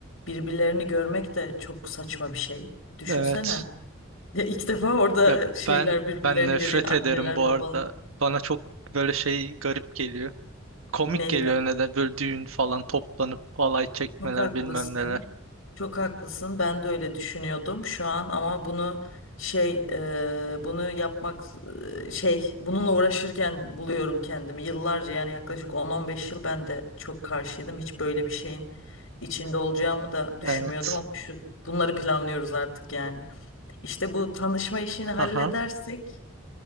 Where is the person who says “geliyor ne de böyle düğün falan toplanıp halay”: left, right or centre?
Right